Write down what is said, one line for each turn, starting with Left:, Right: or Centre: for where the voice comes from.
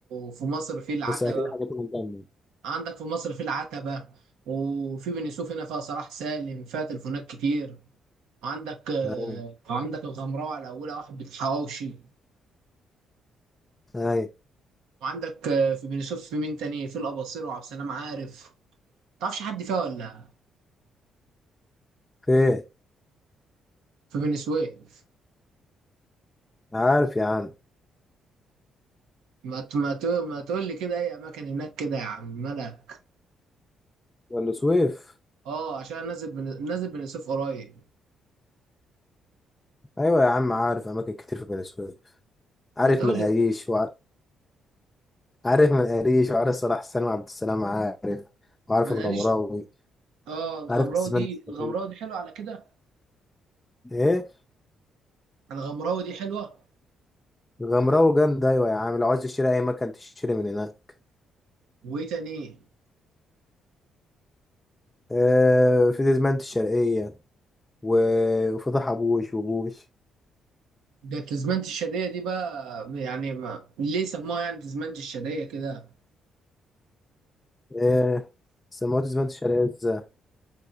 Right: في مصر في العتبه
Left: بس أكيد حاجة تكون جامدة
Right: عندك في مصر في العتبة وفي بني سويف هنا فيها صلاح سالم فيها تليفونات كتير وعندك آه،
Left: أيوة
Right: وعندك الغمراوي على أولها واحد بالحواوشي
Left: أيوة
Right: وعندك آه، في بني سويف في مين تاني في الأباصير وعبد السلام عارف متعرفش حد فيها ولا
Left: فين
Right: في بني سويف
Left: عارف يا عم
Right: ما ت- ما ت- ما تقول لي كده أي أماكن هناك كده يا عم ملك
Left: بني سويف
Right: أه عشان أنا نازل بن- نازل بني سويف قريب
Left: أيوة يا عم عارف أماكن كتير في بني سويف
Right: ما
Left: عارف
Right: تقول
Left: منقاريش
Right: لي
Left: عارف من قريش وعارف صلاح سلمى عبد السلام عارف وعارف
Right: ما
Left: الغمراوي
Right: نقليش أه الغمراوي
Left: عارف تسمان
Right: دي
Left: الصغير.
Right: الغمراوي دي حلوة على كده
Left: ايه
Right: الغمراوي دي حلوة
Left: الغمراوي جامد ايوه يا عم لو عايز تشتري اي مكان تشتري من هناك
Right: وإيه تاني
Left: آه في تسمانة الشرقية و- وفتح أبوش وبوش
Right: ده تزمنت الشادية دي بقى يعني ما ليه سموها يعني تزمنت الشادية كده
Left: آه سموه تسمانة الشرقية ازاي؟